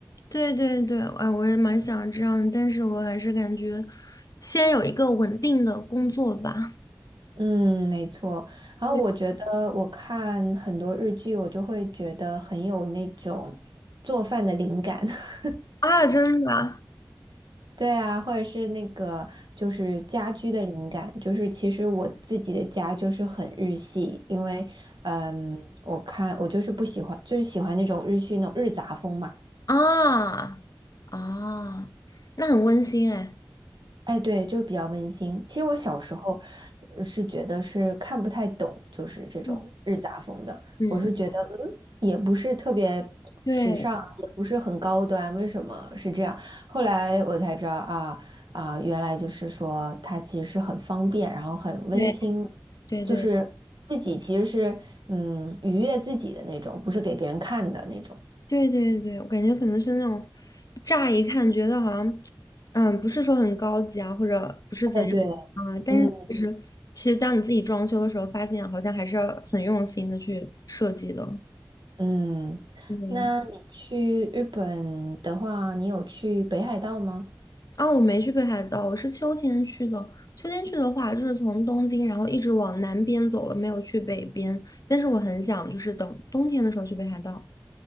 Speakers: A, on the left; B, on the right.
A: 对对对，哎，我也蛮想这样的，但是我还是感觉先有一个稳定的工作吧。
B: 嗯，没错。然后我觉得我看很多日剧，
A: 对
B: 我就会觉得很有那种做饭的灵感。<laughs>
A: 啊，真的，
B: 对啊，或者是那个就是家居的灵感，就是其实我自己的家就是很日系，因为嗯，我看我就是不喜欢，就是喜欢那种日系那种日杂风嘛。
A: 啊啊，那很温馨哎。
B: 哎，对，就是比较温馨。其实我小时候呃是觉得是看不太懂，就是这种日杂风的。
A: 嗯，嗯，
B: 我是觉得，嗯，也不是特别时尚，
A: 对
B: 也不是很高端，为什么是这样？后来我才知道啊啊，原来就是说它其实是很方便，然后很温馨，
A: 对
B: 就是自己其实是嗯愉悦自己的那种，
A: 对
B: 不是给别人看的那种。
A: 对对对对，我感觉可能是那种乍一看觉得好像，嗯，不是说很高级啊，或者不是怎样啊，
B: 哎，对。
A: 但是其实其实当你自己装修的时候，
B: 嗯。
A: 发现好像还是要很用心的去设计的。
B: 嗯，
A: 对，
B: 那你去日本的话，你有去北海道吗？
A: 啊，我没去北海道，我是秋天去的。秋天去的话，就是从东京，然后一直往南边走了，没有去北边。但是我很想，就是等冬天的时候去北海道。